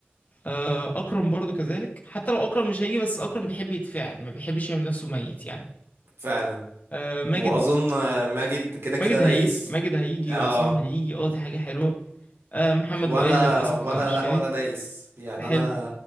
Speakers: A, on the left (about 35°); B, on the right (about 80°).
A: آه، اكرم برضو كذلك حتى لو اكرم مش هيجي بس اكرم بيحب يتفاعل ما بيحبش يعمل نفسه ميت يعني
B: فعلا
A: آه، ماجد
B: واظن ماجد كده كده
A: ماجد
B: دايس
A: هيجي ماجد هيجي
B: اه
A: وعصام هيجي اه دي حاجة حلوة آه، محمد
B: وانا
A: لؤي للأسف
B: وانا
A: لا مش
B: لا
A: جاي
B: وانا دايس يعني
A: حلو
B: انا